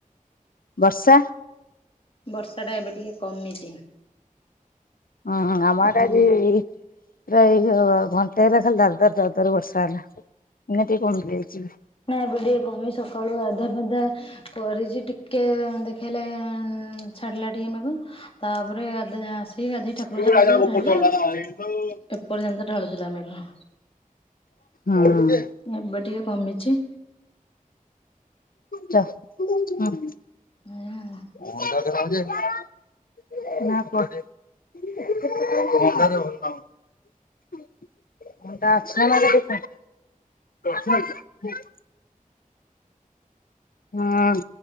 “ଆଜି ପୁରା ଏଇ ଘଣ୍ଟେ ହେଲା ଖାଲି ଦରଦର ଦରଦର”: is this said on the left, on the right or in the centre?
Left